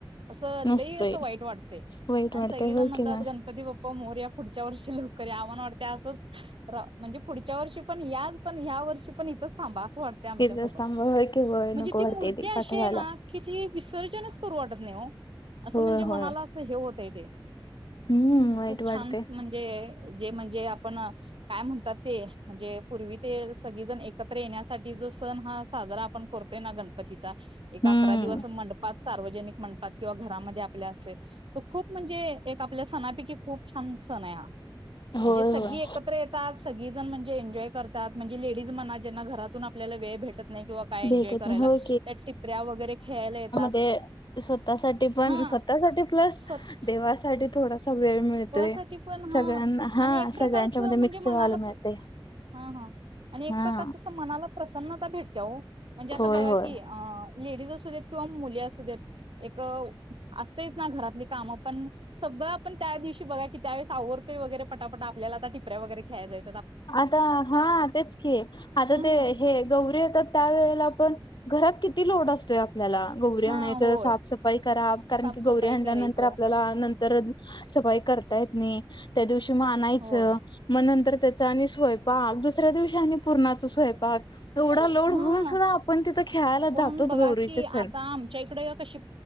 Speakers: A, on the right; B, on the left.
A: असं
B: नसतोय
A: लई असं वाईट वाटतेंय
B: वाईट
A: आणि
B: वाटते
A: सगले जण
B: होय
A: म्हणतात
B: किंवा
A: गणपती बाप्पा मोरया पुढच्या वर्षी लवक कारण आम्हाला वाटतय असंच म्हणजे पुढच्या वर्षी पण याच पण ह्या वर्षी पण इथच थांबा असं वाटतं आमच्या
B: तिथंच
A: सोबत,
B: थांबा होय की होय
A: म्हणजे
B: नको
A: ती
B: वाटते
A: मूर्ती
B: ते
A: अशी
B: पाठवायला
A: आहे ना की ती विसर्जनच करू वाटत नाही हो असं
B: होय
A: म्हणजे मनाला
B: होय
A: असं हे होतय ते
B: हम्म वाईट
A: खूप
B: वाटते
A: छान म्हणजे जे म्हणजे आपण काय म्हणतात ते म्हणजे पूर्वी ते सगळीजण एकत्र येण्यासाठी सण हा साजरा आपण करतोय ना गणपतीचा एक
B: हम्म
A: अकरा दिवस मंपडपात सार्वजनिक म्हणतात किंवा घरामध्ये आपल्या असते तर खूप म्हणजे एक आपल्या सणापैकी खूप छान सण आहे हा म्हणजे
B: होय
A: सगळी
B: होय
A: एकत्र येतात सगळी जण म्हणजे एन्जॉय करतात म्हणजे लेडीज म्हणा जना घरातून आपल्याला वेळ भेटत नाही किंवा काय एन्जॉय
B: भेटत
A: करायला
B: नाही होय
A: त्या टिपऱ्या वगैरे खेयला येतात
B: ते स्वतःसाठी पण
A: हा
B: स्वतःसाठी प्लस
A: स्वत
B: देवासाठी थोडासा वेळ मिळतोय
A: स्वतः साठी पण हा
B: सगळ्यांना हा
A: आणि एक प्रकारच
B: सगळ्यांच्या मध्ये
A: म्हणजे
B: मिक्स
A: मनाला
B: व्हायला मिळते
A: प हा हा आणि एक
B: हा
A: प्रकारच मनाला प्रसन्नता भेटते ओ म्हणजे आता
B: होय
A: बघा अ
B: होय.
A: की लेडीज असूदेत किंवा मुली अस असूद्यात एक असतेच ना घरातली काम पण सगळ आपण त्या दिवशी बघा कि आवरते वैगेरे पटापट आपल्याला आता टिप्या वगैरे् खेळायला जायचं
B: आता हा तेच कि आता
A: हा
B: ते हे गौरी येतात त्यावेेळेला पण घरात किती लोड असतोया आपल्याला गौरी
A: हा
B: आणायचं
A: होय
B: साफसफाई करा कारण
A: साफसफाई
B: की गौरी आणल्यानंतर
A: करायचं
B: आपल्याला नंतर सफाई करता येत नाही त्या दिवशी मग आणायचं
A: होय
B: मग नंतर चा आणि स्वयंपाक दुसऱ्या दिवशी आणि पूर्णाचा स्वयंपाक. एवढा लोड
A: हा
B: होऊन सुद्धा आपण तिथं खेळायला
A: पण
B: जातोच
A: बघा
B: गौरीचे
A: की
B: सण.
A: आता आमच्या इकडे कशी